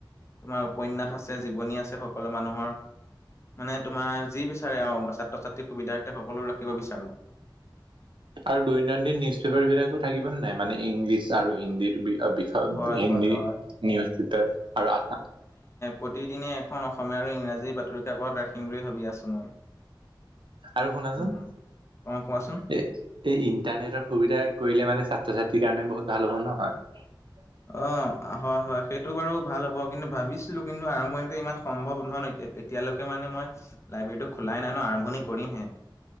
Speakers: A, on the left; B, on the right.
A: তোমাৰ উপন্যাস আছে জীৱনী আছে সকলো মানুহৰ। মানে তোমাৰ যি বিচাৰে আৰু ছাত্ৰ ছাত্ৰীৰ সুবিধাৰ্থ সকলো ৰাখিব বিচাৰোঁ।
B: আৰু দৈনন্দিন নিউজ পেপাৰবিলাকো থাকিব নে নাই মানে ইংলিছ আৰু হিন্দী বি বিষয়
A: হয়
B: হিন্দী,
A: হয় হয়
B: নিউজ পেপাৰ আৰু আছাম
A: প্ৰতিদিনেই এখন অসমীয়া আৰু ইংৰাজী বাতৰি কাকত ৰাখিম বুলি ভাবি আছোঁ মই।
B: আৰু শুনাচোন
A: উম অ কোৱাচোন
B: এ এই ইণ্টাৰনেটৰ সুবিধা কৰিলে মানে ছাত্ৰ ছাত্ৰীৰ কাৰণে বহুত ভাল হ'ব ন? নহয়।
A: অ', হয়, হয়, সেইটো বাৰু ভাল হ'ব, কিন্তু ভাবিছিলো কিন্তু আৰম্ভণিতে ইমান সম্ভৱ নহয় এতিয়ালৈকে মানে মই লাইব্ৰেৰীতটো খোলাই নাই ন, আৰম্ভণি কৰিমহে।